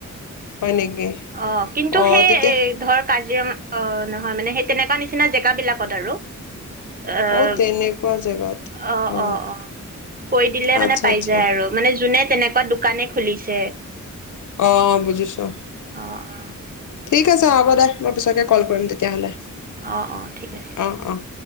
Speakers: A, on the left; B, on the right.
A: হয় নেকি
B: অ কিন্তু
A: অ
B: সেই
A: তেতিয়া
B: এ এই ধৰ কাজিৰঙা- অঁ নহয় মানে সেই তেনেকুৱা নিচিনা জেগা বিলাকত আৰু অঁ
A: অ তেনেকুৱা জেগাত
B: অঁ
A: অ
B: অঁ অঁ কৈ দিলে
A: আচ্ছা
B: মানে পাই
A: আচ্ছা
B: যায় আৰু মানে যোনে তেনেকুৱা দোকানে খুলিছে।
A: অ' বুজিছো
B: অ' অ'
A: ঠিক আছে হ'ব দে মই পিছতে কল কৰিম তেতিয়াহ'লে
B: অ' অ' ঠিক আছে।
A: অ অ